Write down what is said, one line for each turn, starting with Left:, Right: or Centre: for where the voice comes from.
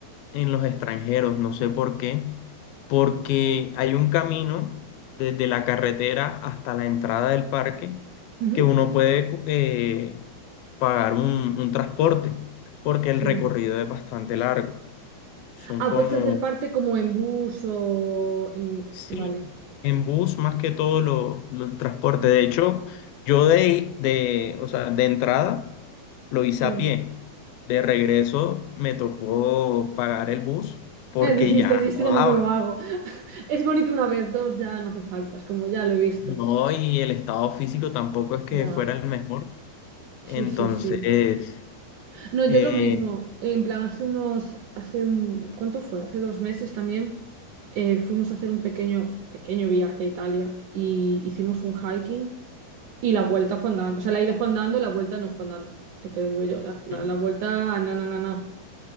Left: en los extranjeros, no sé por qué, porque hay un camino desde la carretera hasta la entrada del parque
Right: Ujú,
Left: que uno puede eh, pagar un, un transporte, porque
Right: Sí.
Left: el recorrido es bastante largo. Son
Right: Ah,
Left: como
Right: puedes hacer parte como en bus o... en-
Left: Sí,
Right: Vale,
Left: en bus más que todo lo- los transportes. De hecho, yo de, de, o sea, de entrada lo hice
Right: sí.
Left: a pie.
Right: <laughs>
Left: De regreso me tocó pagar el bus porque
Right: Eh, dijiste,
Left: ya
Right: yo
Left: no
Right: esto ya
Left: daba.
Right: no me lo hago. <laughs> Es bonito una vez, dos ya no hace falta, es como ya lo he visto.
Left: No, y el estado físico tampoco es que
Right: Ya.
Left: fuera el mejor.
Right: Sí,
Left: Entonces,
Right: sí, sí. No,
Left: eh,
Right: yo lo mismo. En plan, hace unos, hace un, ¿cuánto fue? Hace dos meses también eh, fuimos a hacer un pequeño, pequeño viaje a Italia y hicimos un hiking y la vuelta fue andando. O sea, la ida fue andando, la vuelta no fue andando. Ya te lo digo yo, la, la-
Left: <laughs>
Right: la vuelta, na, na, na, na.